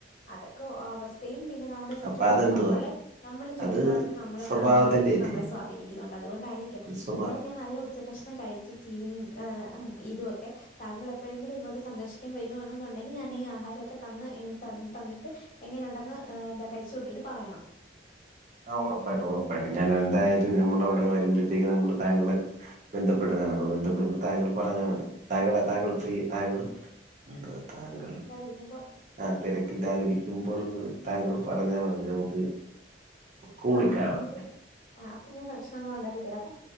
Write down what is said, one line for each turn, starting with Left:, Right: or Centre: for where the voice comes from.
Left: അതൊക്കെ അവസ്ഥയും പിന്നെ നമ്മുടെ ചുറ്റുപാടും
Right: അപ്പൊ അതെന്തുവാ
Left: നമ്മള് നമ്മളുടെ ചുറ്റുപാടും
Right: അത്
Left: നമ്മളെ
Right: സ്വഭാവത്തിന്റെ
Left: കാണുന്നവരും ഒക്കെ
Right: അല്ലേ
Left: നമ്മളെ സ്വാധീനിക്കുന്നുണ്ട് അതുകൊണ്ടായിരിക്കാം
Right: അത് സ്വഭാ
Left: എന്തായാലും ഞാൻ നല്ല ഉച്ച ഭക്ഷണം കഴിച്ചു ചീനിയും ഇതൊക്കെ താങ്കൾ എപ്പഴങ്കിലുംങ്ങോട്ട സന്ദർശിക്കാൻ വരുവാണെന്നണ്ട അണ്ടെങ്കിൽ ഞാൻീഈ ആഹാരക്കെ ത തന്നിട്ട് എങ്ങനെുണ്ടെന്ന് എന്താ കഴിച്ച്ച് നോക്കിട്ട് പറയണം
Right: ആ ഉറപ്പായിട്ട് ഉറപ്പായിട്ട് ഞാൻ എന്തായാലും നമ്മള അവിടെ വരുമ്പോഴത്തേക്ക് നമ്മള് താങ്കൾ ബന്ധപ്പെടുന്നതാണ് അപ്പൊ ബന്ധപ്പെടുമ്പോ താങ്കൾ പറഞ്ഞാൽ മതി താങ്കൾ താങ്കൾ ഫ്ര താങ്കൾ അ താങ്കൾ
Left: രിക്കുമ്പോ
Right: ആ തിരക്ക ഇല്ലാതിരിക്കുമ്പോൾ താങ്കൾ പറഞ്ഞാൽ മതി നമുക്ക് കൂടിക്കാണാം
Left: കാണാം എന്നിട്ട് ആ അപ്പൊ ഞൻ കഷ്ണങ്ങൾ ഉണ്ടാക്കി തരാം അപ്പൊ